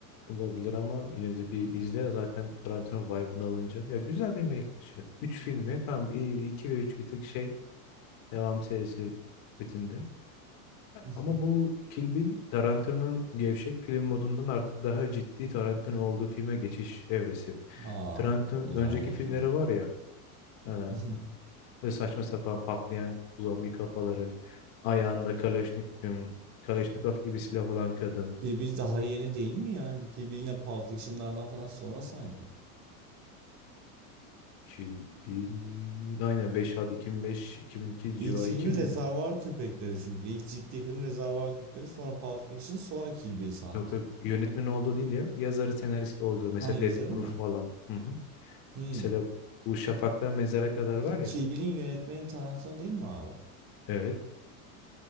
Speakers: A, on the left (about 50°); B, on the right (about 40°).
A: olabilir ama yine de bir izle. Zaten Tarantino vibe'ını alınca. Ya güzel bir yemek. Üç filmi tam iki ve üç bir tık şey. Devam serisi muhabbetinde. E,
B: <laughs>
A: Ama bu Kill Bill Tarantino'nun gevşek film modundan artık daha ciddi Tarantino olduğu filme geçiş evresi.
B: Ha,
A: Tarantino'nun
B: o
A: önceki
B: zaman bakayım.
A: filmleri var ya eee
B: <laughs>
A: böyle saçma sapan patlayan zombi kafaları ayağında Kalashnikov, Kalashnikov gibi silah olan kadın
B: Kill Bill daha yeni değil mi ya? Kill Bill yine Pulp Fiction'lardan falan sonra sanki.
A: Kill Bill. Aynen 5 ad 2005 2002
B: İlk
A: civarı
B: filmi
A: 2000'ler.
B: Rezervuar Köpekleri çünkü. İlk ciddi film Rezervuar Köpekleri sonra Pulp Fiction sonra Kill Bill sanki.
A: Yok yok yönetmen olduğu değil ya. Yazarı senarist olduğu. Mesela
B: Ha yazarı
A: Death Proof
B: mı?
A: falan. Hı hı.
B: Hmm.
A: Mesela bu Şafak'tan Mezara kadar var ya.
B: Kill Bill'in yönetmeni Tarantino değil mi abi?
A: Evet.